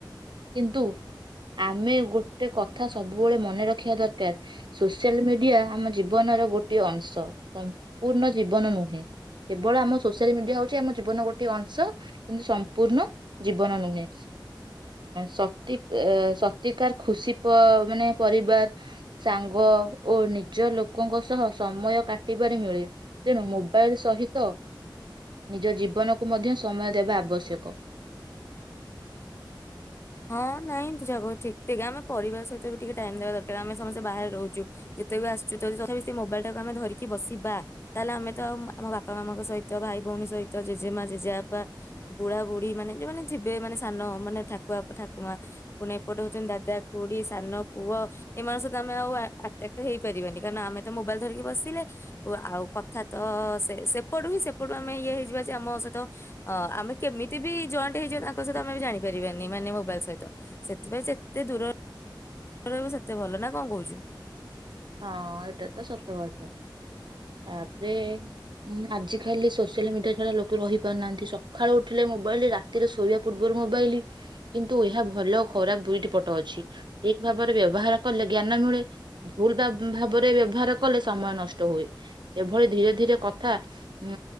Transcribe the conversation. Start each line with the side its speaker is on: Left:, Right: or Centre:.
Right: କିନ୍ତୁ ଆମେ ଗୋଟେ କଥା ସବୁବେଳେ ମନେ ରଖିବା ଦରକାର ସୋସିଆଲ ମିଡିଆ ଆମ ଜୀବନର ଗୋଟଏ ଅଂଶ ସମ୍ପୂର୍ଣ୍ଣ ଜୀବନ ନୁହେଁ କେବଳ ଆମ ସୋସିଆଲ ମିଡିଆ ହଉଛି ଆମ ଜୀବନ ଗୋଟେ ଅଂଶ କିନ୍ତୁ ସମ୍ପୂର୍ଣ୍ଣ ଜୀବନ ନୁହେଁ ସତି କି ସତିକାର ଖୁସି ମାନେ ପରିବାର ସାଙ୍ଗ ଓ ନିଜ ଲୋକଙ୍କ ସହ ସମୟ କାଟିବାରେ ମିଳେ ତେଣୁ ମୋବାଇଲ ସହିତ ନିଜ ଜୀବନକୁ ମଧ୍ୟ ସମୟ ଦେବା ଆବଶ୍ୟକ।
Left: ହଁ ନାଇଁ ଯକ ଠିକିକ ଆମେ ପରିବାର ସହିତ ବି ଟିକେ ଟାଇମ ଦେବା ଦରକାର ।ଆମେ ସମସ୍ତେ ବାହାରେ ରହୁଛୁ ଯେତେ ବି ଆସୁଛୁ ଯଦି ତଥାପି ସେ ମୋବାଇଲ ଟାକୁ ଆମେ ଧରିକି ବସିବା ତାହେଲେ ଆମେ ତ ଆଉ ଆମ ବାପା ମାମାଙ୍କ ସହିତ ଭାଇ ଭଉଣୀ ସହିତ ଜେଜେମା ଜେଜେବାପା ବୁଢା ବୁଢୀ ମାନେ ଯାନେ ଯିବେ ମାନେ ସାନ ମାନେ। ଆପ ଠାକୁମା ପୁଣି ଏପଟେ ହଉଛନ୍ତି ଦାଦା ଖୁଡି ସାନ ପୁଅ ଏମାନେ ସହିତ ଆମେ ଆଉ ଆଟ୍ରାଟ୍ ହେଇପାରିବାନି କାରଣ ଆମେ ତ ମୋବାଇଲ୍ ଧରିକି ବସିଲେ ଓ ଆଉ କଥା ତ ସେପଟୁ ହିଁ ସେପଟୁ ଆମେ ଇଏ ହେଇ ଯିବା ଯେ ଆମ ସହିତ ଆମେ କେମିତି ବି ଜଏଣ୍ଟ ହେଇ ଯିବା ତାଙ୍କ ସହିତ ଆମେ ଜାଣି ପାରିବାନି । ମାନେ ମୋବାଇଲ ସହିତ ସେଥିପାଇଁ ସେତେ ଦୂର ରହିବ ସେତେ ଭଲ ନା କଣ କହୁଛୁ?
Right: ହଁ ଏଇଟା ତ ସତ କଥା ।ତାପରେ ଆଜିକାଲି ସୋସିଆଲ ମିଡିଆ ଛଡା ଲୋକ ରହି ପାରୁନାହାନ୍ତି। ସକାଳୁ ଉଠିଲେ ମୋବାଇଲ ରାତିରେ ଶୋଇବା ପୂର୍ବରୁ ମୋବାଇଲ କିନ୍ତୁ ଏହା ଭଲ ଆ ଖରାପ ଦୁଇଟି ପଟ ଅଛି ଠିକ ଭାବରେ ବ୍ୟବହାର କଲେ ଜ୍ଞାନ ମିଳେ। ଭୁଲଟା ଭାବରେ ବ୍ୟବହାର କଲେ ସମୟ ନଷ୍ଟ ହୁଏ। ଏଭଳି ଧୀରେ ଧୀରେ କଥା ଅ